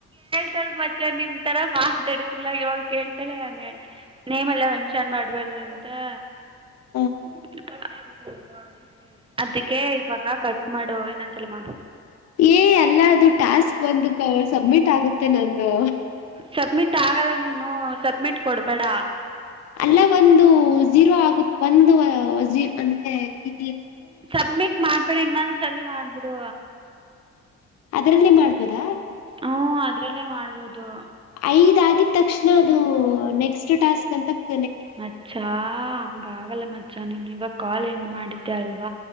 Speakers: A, on the right; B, on the left.
A: ತಳ್ ಮಚ ನಿಮ್ ತರ ಮಾತಾಡ್ತಿಲ್ಲ ಏಳ್ ಕೇಳ್ತಳೆ ನಾನ್ ಹೇಳ್ತ ನೇಮೆಲ್ಲ ಮೆನ್ಷನ್ ಮಾಡ್ಬಾರ್ದ ಅಂತೆ
B: ಹ
A: <unintelligible> <unintelligible> ಅದಕ್ಕೆ ಇವಾಗ ಕಟ್ ಮಾಡು ಇನ್ನೊಂದ್ಸಲ ಮಾಡು.
B: ಏ ಎಲ್ಲ ಅದು ಟಾಸ್ಕ್ ಒಂದು ಸಬ್ಮಿಟ್ ಆಗುತ್ತೆ ನಂದು.
A: ಸಬ್ಮಿಟ್ ಆಗಲ್ಲ ನೀನು ಸಬ್ಮಿಟ್ ಕೊಡ್ಬೇಡ.
B: ಅಲ್ಲ ಒಂದು ಜೀರೋ ಆಗುತ್ ಒಂದು ಹ ಜೀ ಅಂದ್ರೆ ಇ
A: ಸಬ್ಮಿಟ್ ಮಾಡ್ಬೇಡ ಇನ್ನೊಂದ್ ಸಲಿ ಮಾಡ್ ಬು ಡೂ
B: ಅದರಲ್ಲೆ ಮಾಡ್ಬೋದ
A: ಹ್ಮ್ ಅದ್ರಲ್ಲೇ ಮಾಡ್ಬೋದು.
B: ಐದ್ ಆಗಿದ ತಕ್ಷಣ ಅದು ನೆಕ್ಸ್ಟ್ ಟಾಸ್ಕ್ ಕತ
A: ಮಚ್ಚ ಹಂಗ ಆಗಲ್ಲ ಮಚ್ಚ ನೀನು ಇವಗ್ ಕಾಲ್ ಹೆಂಗ್ ಮಾಡಿದ್ದ ಅಲ್ ವ